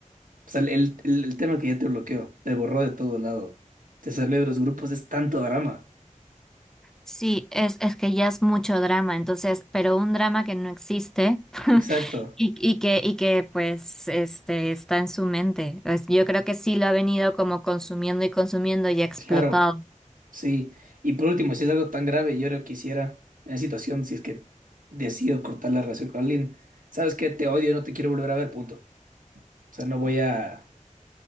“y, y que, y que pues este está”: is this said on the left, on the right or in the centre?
Centre